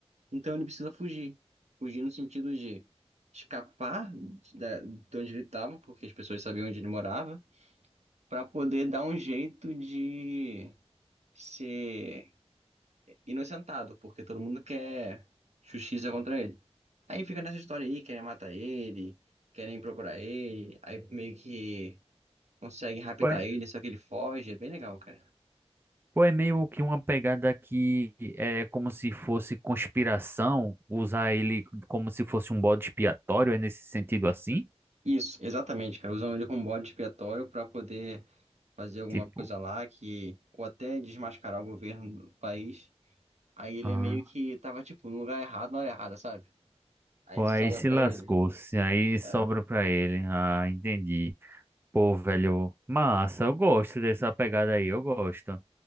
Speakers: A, on the right; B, on the right.
A: Então ele precisa fugir. Fugir no sentido de escapar da- de onde ele estava, porque as pessoas sabiam onde ele morava, para poder dar um jeito de ser inocentado, porque todo mundo quer justiça contra ele. Aí fica nessa história aí, querem matar ele, querem procurar ele, aí meio que conseguem raptar
B: Pô, é
A: ele, só que ele foge, é bem legal, cara.
B: pô, é meio que uma pegada que é como se fosse conspiração, usar ele como se fosse um bode expiatório, é nesse sentido assim?
A: Isso, exatamente, cara. Usam ele como bode expiatório pra poder fazer alguma
B: Tipo,
A: coisa lá que, ou até desmascarar o governo do país. Aí ele
B: ah,
A: é meio que tava, tipo, no lugar errado, na hora errada, sabe? Aí
B: pô,
A: sobra
B: aí se
A: pra
B: lascou,
A: ele.
B: se aí sobra
A: É,
B: pra ele. Ah, entendi. Pô, velho, massa, eu gosto dessa pegada aí, eu gosto.